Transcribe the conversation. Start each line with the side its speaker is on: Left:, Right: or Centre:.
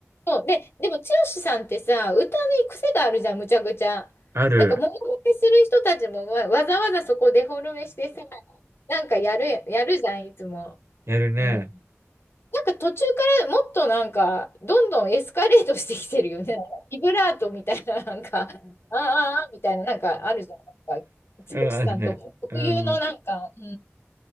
Left: そうで、でも、剛さんってさ、歌に癖があるじゃん、むちゃくちゃ。
Right: ある。
Left: なんか、モノマネする人たちもわ、わざわざそこデフォルメしてさ、なんかやる、やるじゃん、いつも。
Right: やるね。
Left: うんなんか途中からもっとなんか、どんどんエスカレートしてきてるよね。<laughs> ビブラートみたいな、なんか、あーあーあーみたいな、なんかあるじゃん。なんか、
Right: うん、
Left: 剛さんと特有のなんか、
Right: あるね。うん。
Left: う